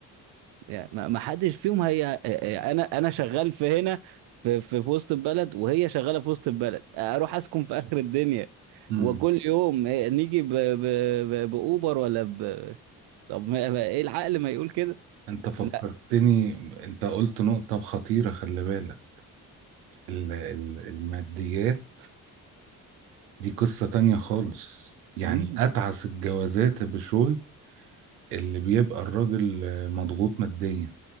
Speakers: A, on the right; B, on the right.
A: يعني ما ما حدش فيهم هي آه، آه، انا انا شغال في هنا في في في وسط البلد وهي شغالة في وسط البلد اروح اسكن في اخر الدنيا
B: امم
A: وكل يوم آه، نيجي ب... ب... ب... باوبر ولا ب... طب ما... ما... ايه العقل ما يقول كده
B: انت فكرتني
A: لا
B: انت قلت نقطة خطيرة خلي بالك ال- ال- الماديات دي قصة تانية خالص يعني
A: مم.
B: اتعس الجوازات بشوي اللي بيبقى الراجل مضغوط ماديا